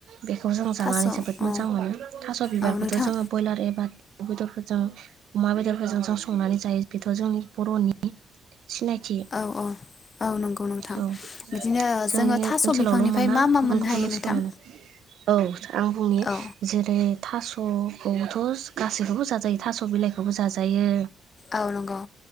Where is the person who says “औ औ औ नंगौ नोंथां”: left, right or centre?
Left